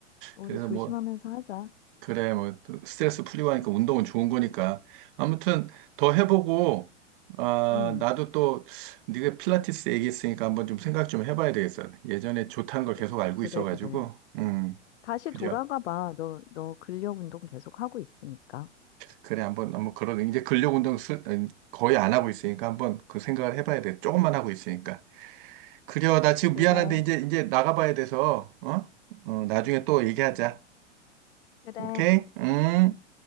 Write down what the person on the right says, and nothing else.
그래서
뭐,
그래, 뭐, 또 스트레스 풀리고 하니까 운동은 좋은 거니까. 아무튼 더 해보고, 아,
나도 또 네가 필라테스 얘기했으니까 한번 좀 생각 좀 해봐야 되겠어. 예전에 좋다는 걸
계속 알고
있어가지고,
음,
그래.
그래, 한번, 한번 그런, 이제 근력 운동 슬- 거의 안 하고 있으니까 한번 그 생각을 해봐야 돼. 조금만 하고 있으니까. 그래요. 나 지금
미안한데 이제 이제 나가봐야 돼서 어? 어, 나중에 또 얘기하자.
오케이? 음.